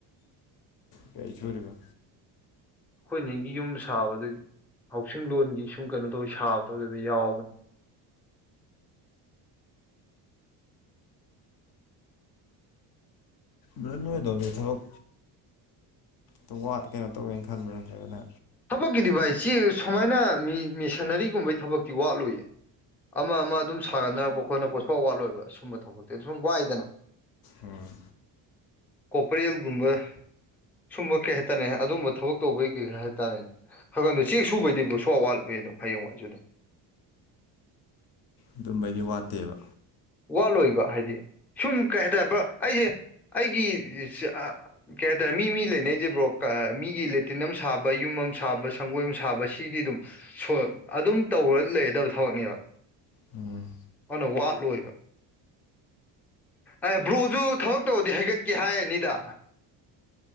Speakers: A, on the left; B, in the centre.
A: ꯀꯩ ꯁꯨꯔꯤꯕ
B: ꯑꯩꯈꯣꯏꯅꯦꯒꯤ ꯌꯨꯝ ꯁꯥꯕꯗ ꯍꯥꯎꯁꯤꯡ ꯂꯣꯟꯒꯤ ꯁꯨꯝ ꯀꯩꯅꯣ ꯇꯧꯋꯤ ꯁꯥꯕꯗꯣ ꯑꯗꯨꯗ ꯌꯥꯎꯕꯅꯤ
A: ꯗꯣ ꯅꯣꯏ ꯑꯗꯣꯝꯖꯦ ꯊꯕꯛ ꯇꯋꯥꯠ ꯀꯩꯅꯣ ꯇꯧꯋꯦꯅ ꯈꯟꯕ꯭ꯔꯥ ꯅꯠꯇ꯭ꯔꯥꯒꯅ
B: ꯊꯕꯛꯀꯤꯗꯤ ꯚꯥꯏ ꯆꯦ ꯁꯨꯃꯥꯏꯅ ꯃꯦꯁꯟꯅꯔꯤꯒꯨꯝꯕꯩ ꯊꯕꯛꯇꯤ ꯋꯥꯠꯂꯨꯏꯌꯦ ꯑꯃ ꯑꯃ ꯑꯗꯨꯝ ꯁꯥꯒꯠꯅꯔꯛꯄ ꯈꯣꯠꯂꯛꯄ ꯁꯨꯡꯋꯥ ꯋꯥꯠꯂꯣꯏꯕ ꯑꯁꯨꯝꯕ ꯊꯕꯛꯇꯤ ꯑꯗꯨ ꯁꯨꯝ ꯋꯥꯏꯗꯅ
A: ꯎꯝ
B: ꯀꯣꯄꯔꯦꯜꯒꯨꯝꯕ ꯁꯨꯝꯕ ꯀꯩ ꯍꯥꯏꯇꯥꯔꯦ ꯑꯗꯨꯝꯕ ꯊꯕꯛ ꯇꯧꯕꯩ ꯀꯩ ꯍꯥꯏ ꯇꯥꯔꯦꯅꯦ <unintelligible> ꯆꯦꯛ ꯁꯨꯕꯩꯗꯤ ꯕ꯭ꯔꯣ ꯁꯨꯡꯋꯥꯠ ꯋꯥꯠꯂꯣꯏ ꯑꯗꯣ ꯍꯌꯦꯡꯋꯥꯏꯖꯨ ꯑꯗꯨꯝ
A: ꯑꯗꯨꯝꯕꯩꯗꯤ ꯋꯥꯠꯇꯦꯕ
B: ꯋꯥꯠꯂꯣꯏꯕ ꯍꯥꯏꯗꯤ ꯁꯨꯝ ꯀꯩ ꯍꯥꯏꯇꯥꯔꯦ ꯕ꯭ꯔꯥ ꯑꯩꯖꯦ ꯑꯩꯒꯤ ꯁꯤ ꯑꯥ ꯀꯩ ꯍꯥꯏꯇꯥꯔꯦ ꯃꯤ ꯃꯤ ꯂꯩꯅꯩꯖꯤ ꯕ꯭ꯔꯣ ꯑꯥ ꯃꯤꯒꯤ ꯂꯦꯇꯤꯟ ꯑꯃ ꯁꯥꯕ ꯌꯨꯝ ꯑꯃ ꯁꯥꯕ ꯁꯪꯒꯣꯏ ꯑꯃ ꯁꯥꯕ ꯁꯤꯗꯤ ꯑꯗꯨꯝ ꯁꯣꯏ ꯑꯗꯨꯝ ꯇꯧꯔꯥ ꯂꯩꯔꯗꯕ ꯊꯕꯛꯅꯦꯕ
A: ꯎꯝ
B: ꯑꯗꯨꯅ ꯋꯥꯠꯂꯣꯏꯕ ꯑꯦ ꯕ꯭ꯔꯣꯖꯨ ꯊꯕꯛ ꯇꯧꯔꯗꯤ ꯍꯩꯒꯠꯀꯦ ꯍꯥꯏꯔꯅꯤꯗ